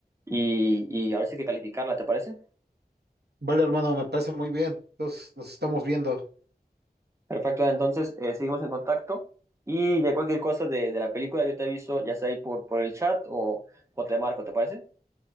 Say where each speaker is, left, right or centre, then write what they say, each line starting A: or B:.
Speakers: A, on the right (about 15°); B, on the right (about 80°).
A: y, y ahora sí que calificarla, ¿te parece?
B: <laughs> Vale, hermano, me parece muy bien. Entonces nos estamos viendo.
A: Perfecto. Entonces, eh, seguimos en contacto y de cualquier cosa de, de la película, yo te aviso, ya sea ahí por, por el chat o, o te marco, ¿te parece?